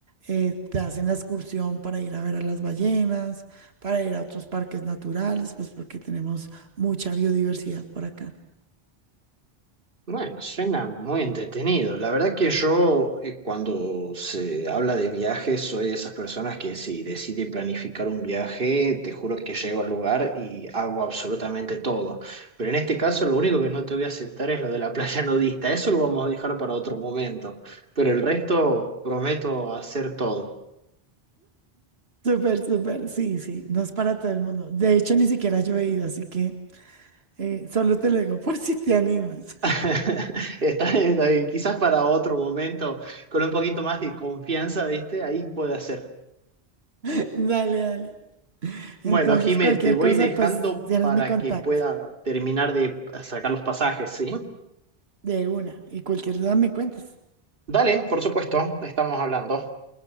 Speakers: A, on the right; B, on the right.
A: Eh, te hacen la excursión para ir a ver a las ballenas, para ir a otros parques naturales, pues porque tenemos mucha biodiversidad por acá.
B: Bueno, suena muy entretenido. La verdad que yo, eh, cuando se habla de viajes, soy de esas personas que si decide planificar un viaje, te juro que llego al lugar y hago absolutamente todo. Pero en este caso, lo único que no te voy a aceptar es lo de la <laughs> playa nudista. Eso lo vamos a dejar para otro momento. Pero el resto, prometo hacer todo.
A: Súper, súper, sí, sí, no es para todo el mundo. De hecho, ni siquiera yo he ido, así que... Eh, solo te lo digo por si te animas.
B: <laughs> Está bien, está bien. Quizás para otro momento, con un poquito más de confianza, ¿viste? Ahí puede hacer
A: <laughs> Dale, dale.
B: Bueno,
A: Entonces,
B: Jime,
A: cualquier
B: te voy
A: cosa,
B: dejando
A: pues tienes
B: para
A: mi contacto
B: que pueda terminar de sacar los pasajes, ¿sí?
A: de una y cualquier duda me cuentas.
B: Dale, por supuesto, estamos hablando.